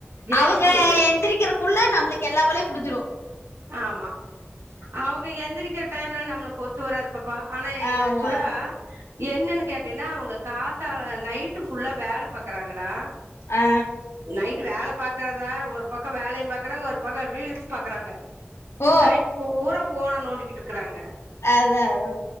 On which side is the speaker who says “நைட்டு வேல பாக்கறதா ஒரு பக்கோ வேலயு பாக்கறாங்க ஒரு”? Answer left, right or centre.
Right